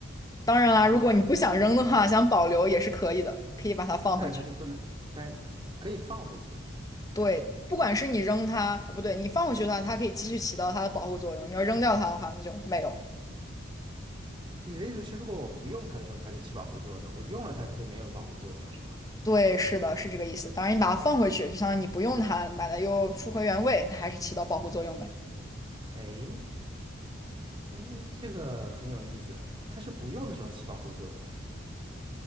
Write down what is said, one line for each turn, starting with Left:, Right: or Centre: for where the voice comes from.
Left: 当然啦，
Right: 啊，
Left: 如果你不想扔的话，想保留也是可以的，可以把它放回去。
Right: 但是它就不能，但是可以放回去。
Left: 对，不管是你扔它，啊不对，你放回去的话，它可以继续起到它的保护作用。你要扔掉它的话，那就没有。
Right: 你的意思是，如果我不用它的时候，它是起保护作用的；我用了它，它就没有保护作用了，是吗？
Left: 对，是的，是这个意思。当然，你把它放回去，就相当于你不用它，把它又复回原位，它还是起到保护作用的。
Right: 哎哎，这个很有意思，它是不用的时候起保护作用的。